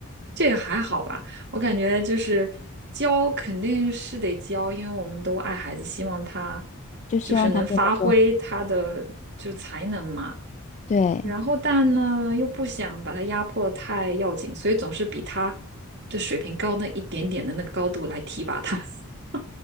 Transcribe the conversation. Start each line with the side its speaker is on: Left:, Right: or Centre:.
Right: 这个还好吧？我感觉就是教肯定是得教，因为我们都爱孩子，希望他
Left: 就希望他变得更
Right: 就是能发挥他的就是才能嘛。
Left: 对
Right: 然后但呢又不想把他压迫得太要紧，所以总是比他的水平高那一点点的那个高度来提拔他。<laughs>